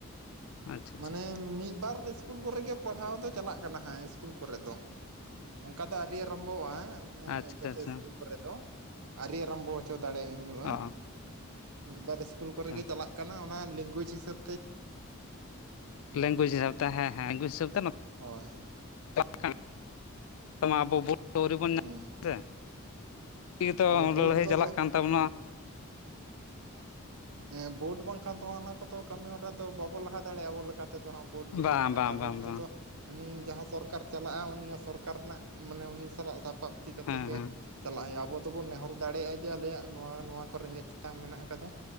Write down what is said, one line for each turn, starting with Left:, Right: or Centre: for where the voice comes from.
Left: ᱟᱪᱪᱷᱟ ᱟᱪᱪᱷᱟ
Right: ᱢᱟᱱᱮ ᱢᱤᱜ ᱵᱟᱨ ᱤᱥ- -ᱠᱩᱞ ᱠᱚᱨᱮ ᱜᱮ ᱯᱟᱲᱦᱟᱣ ᱫᱚ ᱪᱟᱞᱟᱜ ᱠᱟᱱᱟ ᱦᱟᱸᱜ, ᱤᱥᱠᱩᱞ ᱠᱚᱨᱮ ᱫᱚ᱾ ᱚᱝᱠᱟ ᱫᱚ ᱟᱨᱤ ᱟᱨᱟᱢᱵᱚᱣᱟᱸ᱾ ᱢᱟᱱᱮ
Left: ᱟᱪᱪᱷᱟ
Right: ᱡᱚᱛᱚ
Left: ᱟᱪᱪᱷᱟ
Right: ᱤᱥᱠᱩᱞ ᱠᱚᱨᱮ ᱫᱚ, ᱟᱨᱤ ᱟᱨᱟᱢᱵᱚ ᱚᱪᱚ ᱫᱟᱲᱮ ᱮ ᱦᱩᱭᱩᱜᱼᱟ᱾
Left: ᱚ
Right: ᱢᱤᱜ ᱵᱟᱨ ᱤᱥᱠᱩᱞ
Left: ᱟᱪᱪᱷᱟ
Right: ᱠᱚᱨᱮ ᱜᱮ ᱪᱟᱞᱟᱜ ᱠᱟᱱᱟ᱾ ᱚᱱᱟ ᱞᱤᱝᱜᱩᱭᱤᱡᱽ ᱦᱤᱥᱟᱹᱵᱽ
Left: ᱞᱮᱝᱜᱩᱥ ᱥᱤᱥᱟᱵ ᱛᱮ ᱦᱮ, ᱦᱮᱸ ᱮᱝᱜᱩᱥ ᱥᱟᱹᱵ ᱛᱮ᱾ ᱱᱚ
Right: ᱦᱳᱭ
Left: <inaudible> ᱠᱟᱱᱟ ᱟᱵᱚ ᱵᱚ ᱟᱹᱣᱨᱤ ᱵᱚᱱ ᱧᱟ
Right: ᱦᱮᱸ
Left: <inaudible> ᱤᱜᱮᱛᱚ
Right: ᱦᱳᱭ
Left: ᱚᱸ
Right: ᱵᱳᱰ
Left: ᱞᱟᱹᱲᱦᱟᱹᱭ
Right: ᱫᱚ
Left: ᱪᱟᱞᱟᱜ ᱠᱟᱱ ᱛᱟᱵᱚᱱᱟ᱾
Right: ᱮᱸ ᱵᱳᱴ ᱵᱟᱝᱠᱷᱟᱱ ᱛᱚ, ᱟᱱᱟ ᱠᱚᱫᱚ ᱠᱟᱹᱢᱤᱦᱚᱨᱟ ᱫᱚ ᱵᱟᱵᱚ ᱞᱟᱦᱟ ᱫᱟᱲᱮᱜᱼᱟ, ᱟᱵᱚ ᱞᱮᱠᱟ ᱛᱮᱫᱚ ᱦᱟᱢ! ᱠᱳᱴ ᱵᱮᱜᱚᱨ
Left: ᱵᱟᱝ
Right: ᱛᱮᱫᱟ,
Left: ᱵᱟᱝ
Right: ᱟᱫᱚ
Left: ᱵᱟᱝ
Right: ᱱᱤᱛᱚᱜ
Left: ᱵᱟᱝ
Right: ᱫᱚ ᱟᱱᱤ ᱡᱟᱦᱟᱸ ᱥᱚᱨᱠᱟᱨ ᱪᱟᱞᱟᱜᱼᱟ, ᱩᱱᱤᱭᱟ ᱥᱚᱨᱠᱟᱨ ᱨᱮᱱᱟᱜ, ᱢᱟᱱᱮ ᱩᱱᱤ ᱥᱟᱞᱟᱜ ᱥᱟᱯᱟᱯ ᱛᱤ ᱠᱟᱛᱮᱜ
Left: ᱦᱮᱸ
Right: ᱜᱮ
Left: ᱦᱮᱸ
Right: ᱪᱟᱞᱟ ᱟᱭ, ᱟᱵᱚ ᱫᱚᱵᱚᱱ ᱱᱮᱦᱚᱨ ᱫᱟᱲᱮᱭᱟᱜᱼᱟ, ᱡᱮ ᱟᱞᱮᱭᱟᱜ ᱱᱚᱣᱟ-ᱱᱚᱣᱟ ᱠᱚ ᱨᱮᱸᱜᱮᱡ ᱛᱮᱛᱟᱝ ᱢᱮᱱᱟᱜ ᱟᱠᱟᱫᱟ᱾